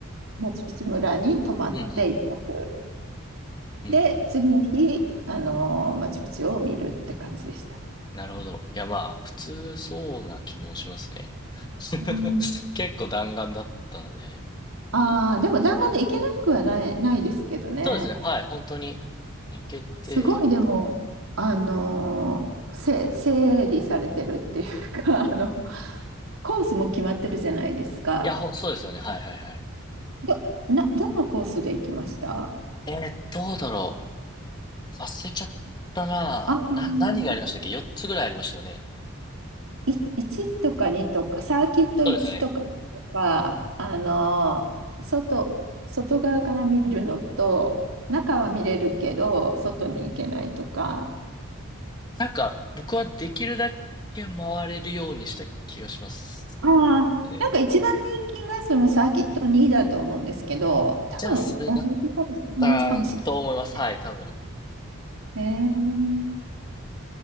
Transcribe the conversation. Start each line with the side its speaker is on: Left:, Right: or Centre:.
Right: マチュピチュ村に泊まって一泊。
Left: うんうん。うんうんうん
Right: で、次の日、あのーマチュピチュを見るって感じでした。
Left: なるほど。いや、まあ、普通そうな気もしますね。<laughs>
Right: うん。
Left: 結構弾丸だったので。
Right: ああ、でも弾丸で行けなくはない、ないですけどね。
Left: そうですね。はい。本当に行けて。
Right: すごいでも、あのーせ、整理されてるっていうか、<laughs> あの、コースも決まってるじゃないですか。
Left: いや、ほそうですよね。はいはいはい。
Right: ど、な、どのコースで行きました
Left: えー、どうだろう。忘れちゃったな。
Right: ああー、
Left: な、何がありましたっけ
Right: そうです。
Left: ?4 つぐらいありましたよね。
Right: い1とか2とか、サーキット1とかにとか、
Left: そうですよね。
Right: あの、外、外側から見るのと、中は見れるけど、外に行けないとか、
Left: なんか、僕はできるだけ回れるようにした気がします
Right: ああ、
Left: ね。
Right: なんか一番人気がそのサーキット2だと思うんですけど、多分同じかもし、
Left: じゃあ、それだっ
Right: 同じかもし
Left: たと思います。
Right: れないね。
Left: はい、多分。
Right: うん。へー